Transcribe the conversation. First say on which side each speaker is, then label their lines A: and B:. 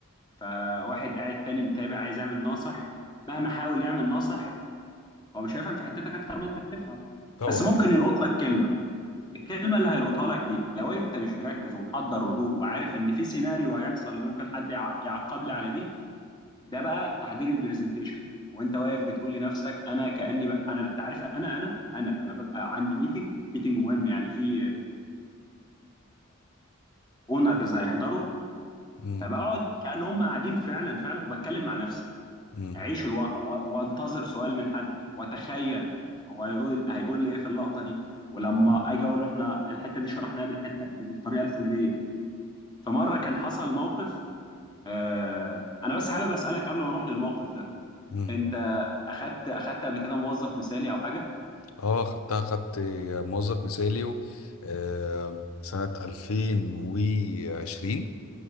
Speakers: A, on the left (about 20°); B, on the left (about 80°).
A: فواحد قاعد تاني متابع عايز يعمل ناصح مهما حاول يعمل ناصح هو مش هيفهم في حتتك اكتر ما انت بتفهم
B: طبعا
A: بس ممكن يلقط لك كلمه الكلمه اللي هيلقطها لك دي لو انت مش مركز ومحضر ردود وعارف ان في سيناريو هيحصل ان ممكن حد يع- يعقب لي على دي ده بقى تحضير البرزنتيشن وانت واقف بتقول لنفسك انا كاني بقى انا انت عارف انا انا انا لما ببقى عندي ميتنج ميتنج مهم يعني في اونرز هيحضروا
B: امم
A: فبقعد كأن هم قاعدين فعلا فعلا وبتكلم مع نفسي
B: امم
A: اعيش الواقع و- وانتظر سؤال من حد واتخيل هو هيقول هيقول لي ايه في اللقطه دي ولما اجي اقول له احنا الحته دي شرحناها بالحته بالطريقه الفلانيه فمره كان حصل موقف آه انا بس حابب اسالك قبل ما اروح للموقف ده
B: امم
A: انت اخدت اخدت قبل كده موظف مثالي او حاجه
B: اه خدتها خدت موظف مثالي و... آه سنة 2020